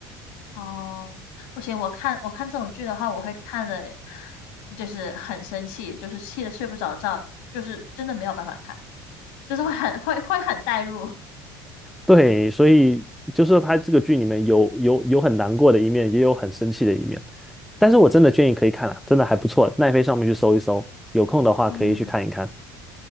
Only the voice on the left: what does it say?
哦，不行，我看我看这种剧的话，我会看的，就是很生气，就是气的睡不着觉，就是真的没有办法看，就是会很会会很代入。<laughs>
嗯，